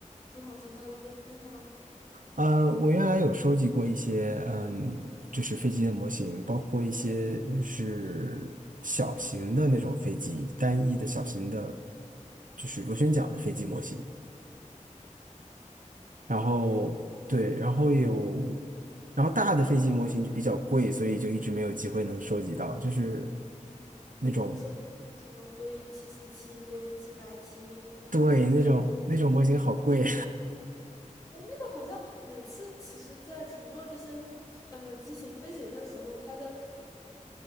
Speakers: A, on the left; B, on the right.
A: 不同型号的飞机吗？
B: 呃，我原来有收集过一些，嗯，就是飞机的模型，包括一些就是小型的那种飞机，单翼的小型的，就是螺旋桨的飞机模型。然后对，
A: 哦，
B: 然后有，然后大的飞机模型就比较贵，
A: 你有
B: 所以就一直没有机会能收集到，就是那种，
A: 你有没有收集什么波音七四七、波音七八七、空客三三？
B: 对，那种那种模型好贵。
A: 这个好像每次其实，在乘坐这些呃机型飞行的时候，它的